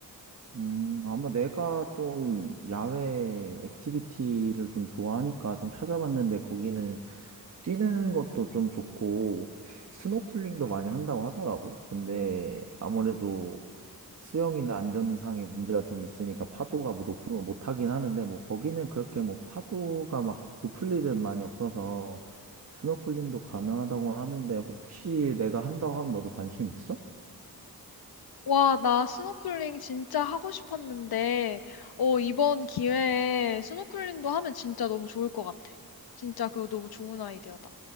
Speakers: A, on the right; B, on the left.
A: 음, 아마 내가 좀 야외 액티비티를 좀 좋아하니까 좀 찾아봤는데, 거기는 뛰는 것도 좀 좋고, 스노클링도 많이 한다고 하더라고. 근데 아무래도 수영이나 안전상의 문제가 좀 있으니까 파도가 뭐 높으면 못 하긴 하는데, 뭐 거기는 그렇게 뭐 파도가 막 높을 일은 많이 없어서, 스노클링도 가능하다고 하는데 혹시 내가 한다고 하면 너도 관심 있어?
B: 와, 나 스노클링 진짜 하고 싶었는데, 어, 이번 기회에 스노클링도 하면 진짜 너무 좋을 것 같아. 진짜 그거 너무 좋은 아이디어다.